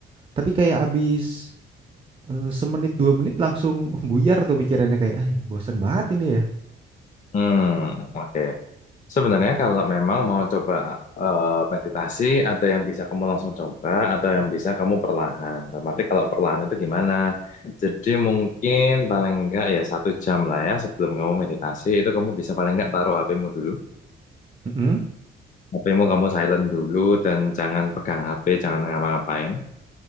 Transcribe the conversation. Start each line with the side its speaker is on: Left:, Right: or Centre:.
Right: Tapi kayak abis eh, semenit dua menit langsung <laughs> buyar tuh pikirannya kayak, ah bosen banget ini ya.
Left: Hmm, oke. Sebenarnya kalau memang mau coba eh, meditasi, ada yang bisa kamu langsung coba, ada yang bisa kamu perlahan. Tapi kalau perlahan itu gimana? Jadi mungkin paling enggak ya satu jam lah ya sebelum kamu meditasi itu kamu bisa paling enggak taruh HP-mu dulu.
Right: Mm-mm.
Left: HP-mu kamu silent dulu dan jangan pegang HP, jangan ngapa-ngapain.